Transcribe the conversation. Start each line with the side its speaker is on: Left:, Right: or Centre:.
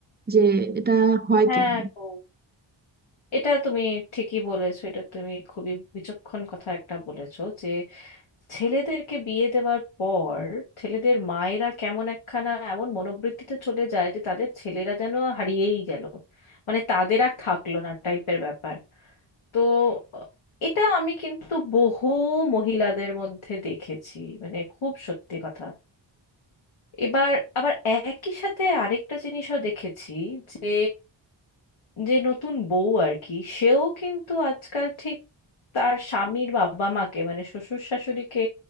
Right: যে এটা হয়
Left: হ্যাঁ
Right: কেন
Left: গো এটা তুমি ঠিকই বলেছো এটা তুমি খুবই বিচক্ষণ কথা একটা বলেছো যে ছেলেদেরকে বিয়ে দেওয়ার পর ছেলেদের মায়েরা কেমন একখানা এমন মনোবৃত্তিতে চলে যায় যে তাদের ছেলেরা যেন হারিয়েই গেল মানে তাদের আর থাকলো না টাইপের ব্যাপার তো আহ, এটা আমি কিন্তু বহু মহিলাদের মধ্যে দেখেছি মানে খুব সত্যি কথা এবার আবার একই সাথে আরেকটা জিনিসও দেখেছি যে যে নতুন বউ আর কি সেও কিন্তু আজকাল ঠিক তার স্বামীর বাবা মাকে মানে শ্বশুর শাশুড়িকে